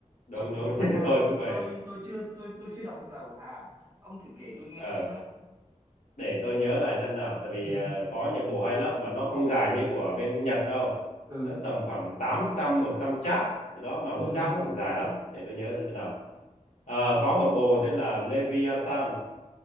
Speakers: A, on the left; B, on the right.
A: đúng
B: Còn
A: đúng
B: còn còn
A: <laughs>
B: Hàn
A: tôi
B: thì
A: cũng vậy
B: tôi tôi chưa tôi tôi chưa đọc bộ nào của Hàn. Ông thử kể tôi nghe
A: ờ
B: xem với.
A: để tôi nhớ lại xem nào tại vì
B: Ừ.
A: ờ, có nhiều bộ hay lắm mà nó không dài như của bên Nhật đâu
B: Ừ.
A: nó tầm khoảng tám trăm một trăm chap gì đó mà
B: Ừ.
A: mỗi chap nó cũng dài lắm để tôi nhớ xem thế nào Ờ, có một bộ tên là Leviathan